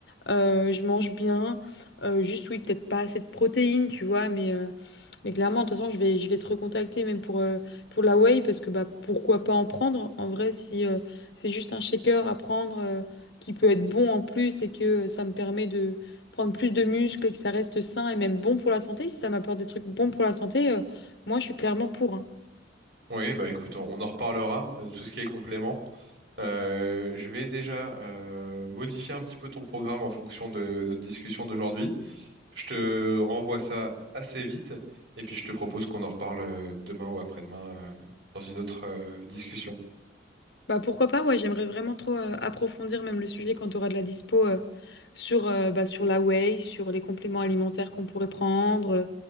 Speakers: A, on the left (about 65°); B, on the right (about 60°).
A: Euh, je mange bien. Euh, juste, oui, peut-être pas assez de protéines, tu vois, mais, euh, mais clairement, de toute façon, je vais, je vais te recontacter même pour, euh, pour la whey, parce que bah, pourquoi pas en prendre? En vrai, si euh, c'est juste un shaker à prendre euh, qui peut être bon en plus et que euh, ça me permet de prendre plus de muscles et que ça reste sain et même bon pour la santé, si ça m'apporte des trucs bons pour la santé, euh, moi, je suis clairement pour. hein.
B: Oui, bah écoute, on, on en reparlera, euh, tout ce qui est complément. Euh, je vais déjà euh, modifier un petit peu ton programme en fonction de notre discussion d'aujourd'hui. Je te renvoie ça assez vite et puis je te propose qu'on en reparle euh, demain ou après-demain euh, dans une autre euh, discussion.
A: Bah pourquoi pas, ouais, j'aimerais vraiment trop euh, approfondir même le sujet quand tu auras de la dispo euh, sur, euh, bah, sur la whey, sur les compléments alimentaires qu'on pourrait prendre, euh,